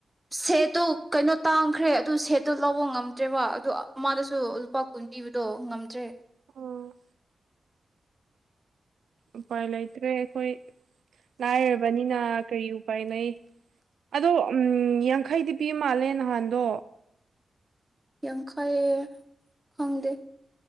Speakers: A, in the centre; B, on the right.
A: ꯁꯦꯠꯇꯣ ꯀꯩꯅꯣ ꯇꯥꯡꯈ꯭ꯔꯦ ꯑꯗꯨ ꯁꯦꯠꯇꯣ ꯂꯧꯕ ꯉꯝꯗ꯭ꯔꯦꯕ ꯑꯗꯨ ꯃꯥꯗꯁꯨ ꯂꯨꯄꯥ ꯀꯨꯋꯟꯇꯤ ꯄꯕꯗꯣ ꯉꯝꯗ꯭ꯔꯦ
B: ꯑꯣ ꯎꯄꯥꯏ ꯂꯩꯇ꯭ꯔꯦ ꯑꯩꯈꯣꯏ ꯂꯥꯏꯔꯕꯅꯤꯅ ꯀꯔꯤ ꯎꯄꯥꯏ ꯂꯩꯩ ꯑꯗꯣ ꯎꯝ ꯌꯥꯡꯈꯩꯗꯤ ꯄꯤ ꯃꯥꯜꯂꯦ ꯅꯍꯥꯟꯗꯣ
A: ꯌꯡꯈꯥꯏ ꯈꯣꯡꯗꯦ